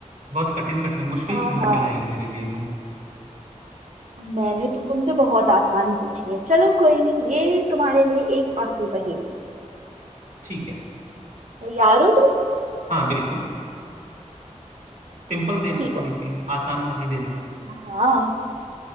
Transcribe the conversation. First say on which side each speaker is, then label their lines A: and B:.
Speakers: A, on the right; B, on the right.
A: बहुत कठिन कठिन मुश्किल
B: हाँ
A: ढूंढ
B: हाँ
A: कर लाई हो मेरे लिए तुम
B: मैंने तो तुमसे बहुत आसान पूछी है चलो कोई नहीं ये तुम्हारे लिए एक आखिरी पहेली
A: ठीक है
B: तैयार हो तुम
A: हाँ बिल्कुल सिंपल देना
B: ठीक
A: थोड़ी
B: है
A: सी आसान वाली देना
B: हाँ